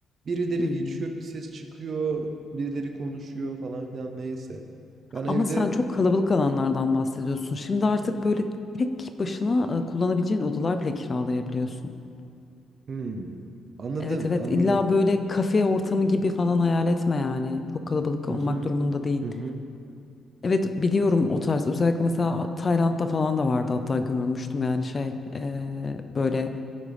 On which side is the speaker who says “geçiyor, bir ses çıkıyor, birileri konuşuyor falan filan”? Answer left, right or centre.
Right